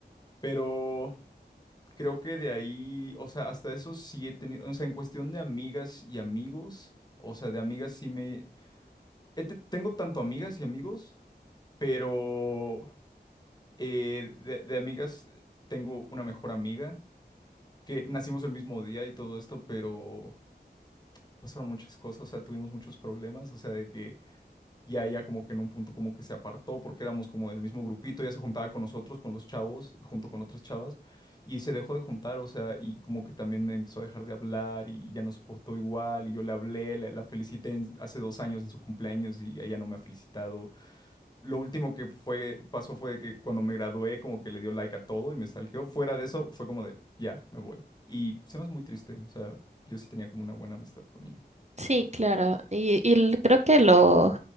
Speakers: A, on the left; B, on the right.
A: Pero... Creo que de ahí, o sea, hasta eso sí he tenido, o sea, en cuestión de amigas y amigos, o sea, de amigas sí me... he te- tengo tanto amigas y amigos, pero eh, de, de amigas tengo una mejor amiga, que nacimos el mismo día y todo esto, pero pasaron muchas cosas, o sea, tuvimos muchos problemas, o sea, de que Y a ella como que en un punto como que se apartó porque éramos como del mismo grupito, ella se juntaba con nosotros, con los chavos, junto con otras chavas, y se dejó de juntar, o sea, y como que también me empezó a dejar de hablar y ya no soportó igual, y yo le hablé, la, la felicité en- hace dos años en su cumpleaños y ella no me ha felicitado. Lo último que fue, pasó fue que cuando me gradué como que le dio like a todo y me stalkeó. Fuera de eso fue como de, ya, me voy. Y se me hace muy triste, o sea, yo sí tenía como una buena amistad con ella.
B: Sí,
A: Pero
B: claro. Y, y l- creo que lo,